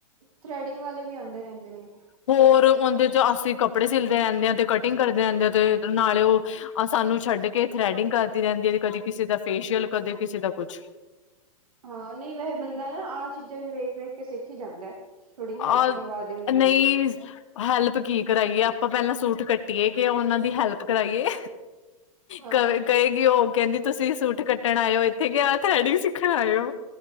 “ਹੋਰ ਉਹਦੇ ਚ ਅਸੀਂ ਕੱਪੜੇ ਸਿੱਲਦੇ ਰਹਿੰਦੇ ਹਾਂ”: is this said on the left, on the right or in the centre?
Left